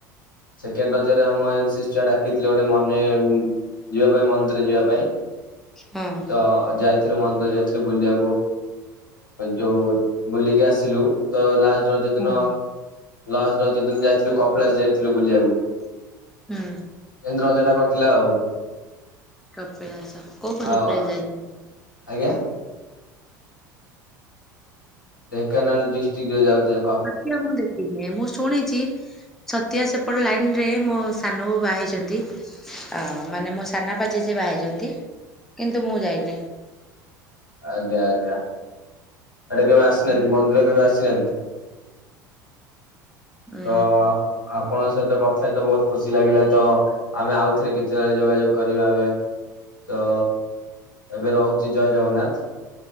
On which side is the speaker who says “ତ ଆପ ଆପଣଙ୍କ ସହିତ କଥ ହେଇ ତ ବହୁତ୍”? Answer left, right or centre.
Left